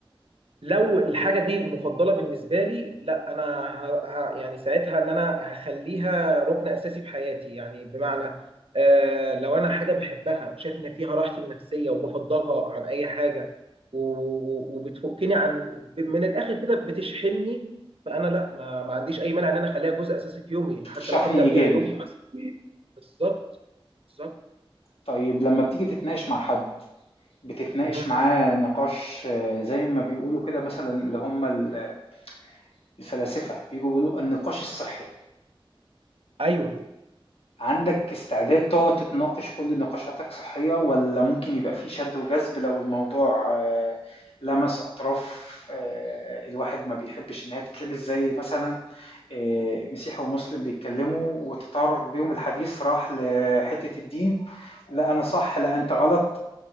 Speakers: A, on the right; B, on the left.
A: لو الحاجه دي مفضله بالنسبه لي لا انا ه... ه... يعني ساعتها ان انا هخليها ركن اساسي في حياتي يعني بمعنى آه لو انا حاجه بحبها وشايف ان فيها راحتي النفسيه وبفضلها عن اي حاجه و... وبتفكني عن ب- من الاخر كده بتشحنني فانا لا ما... ما عنديش اي مانع ان انا اخليها جزء اساسي في يومي حتى
B: شحن
A: لو هبدا
B: ايجابي
A: بيها يومي مثلا بالظبط بالظبط
B: طيب لما بتيجي تتناقش مع حد بتتناقش
A: مهم.
B: معاه نقاش آه، زي ما بيقولوا كده مثلا اللي هم ال- الفلاسفة بيجوا يقولوا النقاش الصحي
A: ايوه
B: عندك استعداد تقعد تتناقش كل نقاشاتك صحية ولا ممكن يبقى في شد وجذب لو الموضوع آه، لمس أطراف آه، الواحد ما بيحبش إن هي تتلمس زي مثلا آه، مسيحي ومسلم بيتكلموا وتطرق بيهم الحديث راح لحتة الدين لا أنا صح لا أنت غلط